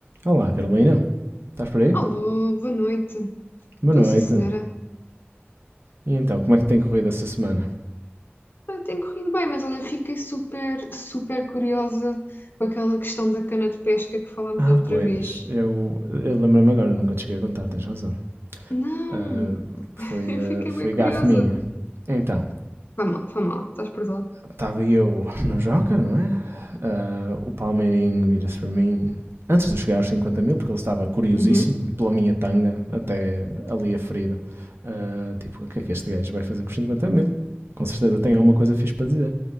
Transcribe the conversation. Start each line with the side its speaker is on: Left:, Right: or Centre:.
Right: Olá, Carolina. Estás por aí?
Left: Alô, boa noite.
Right: Boa
Left: Estou
Right: noite.
Left: sim, senhora.
Right: E então, como é que tem corrido essa semana?
Left: Ah, Tem corrido bem, mas olha, fiquei super, super curiosa com aquela questão da cana de pesca que falámos
Right: Ah,
Left: da outra
Right: pois,
Left: vez.
Right: eu, eu lembrei-me agora, nunca te cheguei a contar, tens razão.
Left: Não,
Right: Ah, foi,
Left: <laughs> eu
Right: ah,
Left: fiquei
Right: foi
Left: bem curiosa.
Right: gafe minha. Então,
Left: Vai mal, vai mal, estás perdoado.
Right: estava eu no Joker, não é? Ah, o Palmeirinho vira-se para mim antes de eu chegar aos 50 mil, porque ele estava curiosíssimo
Left: Uhum,
Right: pela minha tanga até ali a ferida. Ah, tipo, o que é que este gajo vai fazer com os 50 mil? Com certeza tem alguma coisa fixe para dizer.